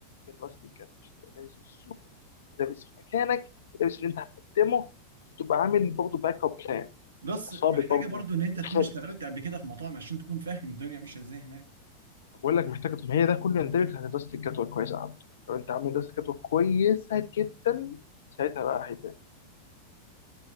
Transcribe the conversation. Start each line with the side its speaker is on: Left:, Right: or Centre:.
Left: دراستك كده مش تبقى دارس السوق ودارس مكانك ودارس اللي انت هتقدمه وتبقى عامل برضه باك اب بلان
Right: بلس
Left: اصابه
Right: محتاجه
Left: برضه
Right: برضو ان انت
Left: الخابت
Right: تكون اشتغلت قبل كده في مطاعم عشان تكون فاهم الدنيا ماشيه ازاي هناك
Left: طب بقول لك محتاجه ما هي ده كله يندرج تحت دراسه الجدوى كويسه يا عبد لو انت عامل دراسه جدوى كويسه جدا ساعتها بقى هيبان